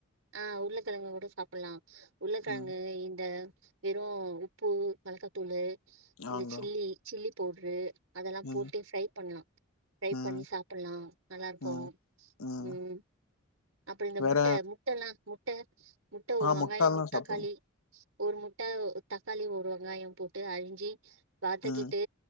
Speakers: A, on the right; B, on the left.
A: ஆஹ் உருளக்கிழங்க கூட சாப்லாம் உருளகிழங்கு
B: ம்
A: இந்த வெறும் உப்பு மொலக்கா தூளு இந்த
B: ஆங்க
A: சிள்ளி சிள்ளி போடுறு அதெல்லாம்
B: ம்
A: போட்டி ஃப்ரை பண்ணலாம் ஃரை
B: ம்
A: பண்ணி சாப்லாம் நல்லா இருப்போம்
B: ம் ம்
A: உம் அப்புறம் இந்த
B: வேற
A: முட்டை முட்டைல்லாம் ட முட்டை ஒரு
B: ஆ
A: வெங்காயம்
B: முட்டல்லா சாப்டுவோங்க
A: தக்காளி ஒரு முட்டை தக்காளி ஒரு வெங்காயம் போட்டு அரிஞ்சி வதக்கிட்டு
B: ம்